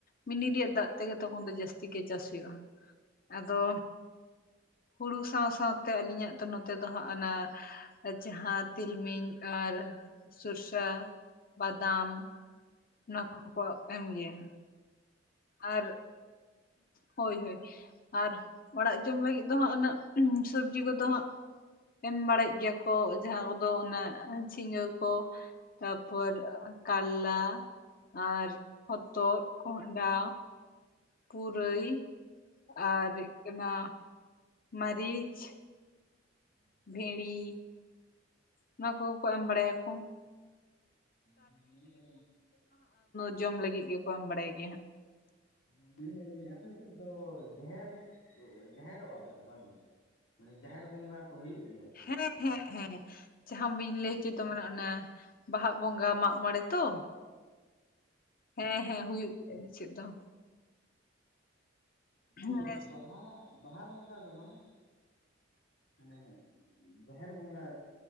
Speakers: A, on the left; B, on the left.
A: ᱢᱤᱱᱤ ᱨᱮᱭᱟᱜ ᱫᱟᱜ ᱛᱮᱜᱮ ᱛᱚᱠᱷᱚᱱ ᱫᱚ ᱡᱟᱹᱥᱛᱤ ᱜᱮ ᱪᱟᱥ ᱦᱩᱭᱩᱜ-ᱟ ᱟᱫᱚ ᱦᱩᱲᱩ ᱥᱟᱶ ᱥᱟᱶᱛᱮ ᱟᱹᱞᱤᱧᱟᱜ ᱛᱚ ᱱᱚᱛᱮ ᱫᱚ ᱦᱟᱸᱜ ᱟᱱᱟ ᱡᱟᱦᱟᱸ ᱛᱤᱞᱢᱤᱧ ᱟᱨ ᱥᱚᱨᱥᱟ ᱵᱟᱫᱟᱢ ᱱᱚᱣᱟ ᱠᱚᱦᱚᱸ ᱠᱚ ᱮᱢ ᱜᱮᱭᱟ ᱟᱨ ᱦᱳᱭ ᱦᱳᱭ ᱟᱨ ᱚᱲᱟᱜ ᱡᱚᱢ ᱞᱟᱹᱜᱤᱫ ᱫᱚ ᱦᱟᱸᱜ ᱩᱱᱟᱹᱜ ᱥᱚᱵᱡᱤ ᱠᱚᱫᱚ ᱦᱟᱸᱜ ᱮᱢ ᱵᱟᱲᱟᱭ ᱜᱮᱭᱟ ᱠᱚ ᱡᱟᱦᱟᱸ ᱠᱚᱫᱚ ᱚᱱᱟ ᱪᱷᱤᱸᱜᱟᱹ ᱠᱚ ᱛᱟᱯᱚᱨ ᱠᱟᱞᱞᱟ ᱟᱨ ᱦᱚᱛᱚ, ᱠᱚᱦᱰᱟ ᱯᱩᱨᱟᱹᱭ ᱟᱨ ᱦᱩᱭᱩᱜ ᱠᱟᱱᱟ ᱢᱟᱹᱨᱤᱪ
B: <unintelligible>
A: ᱵᱷᱮᱸᱲᱤ ᱱᱚᱣᱟ ᱠᱚᱠᱚ ᱮᱢ ᱵᱟᱲᱟᱭᱟᱠᱚ᱾
B: ᱟᱫᱚ ᱢᱮᱱᱮᱫᱼᱟ ᱞᱤᱧ
A: <inaudible> ᱡᱚᱢ ᱞᱟᱹᱜᱤᱫ ᱜᱮᱠᱚ ᱮᱢ ᱵᱟᱰᱟᱭ ᱜᱮᱭᱟ ᱦᱟᱸᱜ
B: ᱟᱫᱚ ᱢᱟᱹᱭ ᱮᱜᱟ ᱞᱤᱧ ᱟᱯᱮ ᱥᱮᱫ ᱫᱚ ᱡᱮᱦᱮᱨ ᱡᱮᱦᱮᱨᱚᱜ-ᱟ ᱯᱮ ᱥᱮ ᱵᱟᱝ ᱜᱮ? ᱢᱟᱱᱮ ᱡᱟᱦᱮᱨ ᱵᱚᱸᱜᱟ ᱠᱚ ᱦᱩᱭᱩᱜ ᱜᱮᱭᱟ ᱥᱮ ᱵᱟᱝ
A: ᱦᱮᱸ ᱦᱮᱸ ᱦᱮᱸ ᱡᱟᱦᱟᱸ ᱵᱟᱹᱧ ᱞᱟᱹᱭ ᱦᱚᱪᱚᱭ ᱫᱟ ᱢᱟᱱᱮ ᱚᱱᱟ ᱵᱟᱦᱟᱜ ᱵᱚᱸᱜᱟ ᱢᱟᱜ ᱢᱚᱲᱮ ᱛᱚ ᱦᱮᱸ ᱦᱮᱸ ᱦᱩᱭᱩᱜ ᱜᱮᱭᱟ ᱪᱮᱫ ᱫᱚ
B: ᱵᱟᱝ
A: ᱚᱱᱠᱟ
B: ᱜᱮ ᱵᱟᱦᱟ ᱵᱟᱦᱟ ᱵᱚᱸᱜᱟ ᱫᱚ ᱵᱟᱝ᱾ ᱢᱟᱱᱮ ᱡᱟᱦᱮᱨ ᱵᱚᱸᱜᱟ